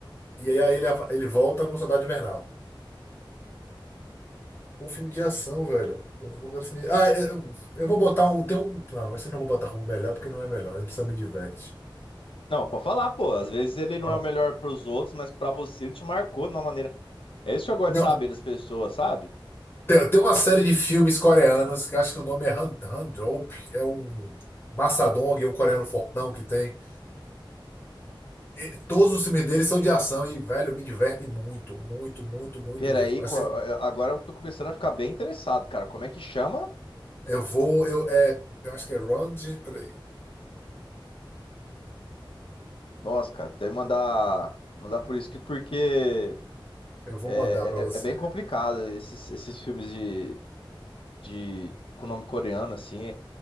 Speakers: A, on the left; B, on the left.
A: e aí ele, ele volta no Soldado Invernal. Pô, filme de ação, velho. Eu vou agora assim. Ah, é, eu, eu vou botar um. Tem um. Não, esse eu não vou botar como melhor, porque não é melhor. Ele só me diverte.
B: Não, pode falar, pô. Às vezes ele não
A: Ah,
B: é o melhor pros outros, mas pra você ele te marcou de uma maneira. É isso que eu gosto
A: Não,
B: de saber das pessoas, sabe?
A: tem, tem uma série de filmes coreanos que eu acho que o nome é Han, Han Drop. É um Massadong, é um coreano fortão que tem. E todos os filmes deles são de ação e, velho, me divertem muito, muito, muito, muito
B: Peraí,
A: mesmo. Assim,
B: qual- eu- agora eu tô começando a ficar bem interessado, cara. Como é que chama?
A: eu vou. Eu, é, eu acho que é Round. Peraí.
B: Nossa, cara, tu deve mandar, mandar por escrito porque
A: Eu vou
B: é,
A: mandar pra você.
B: é, é bem complicado esses, esses filmes de, de, com nome coreano, assim.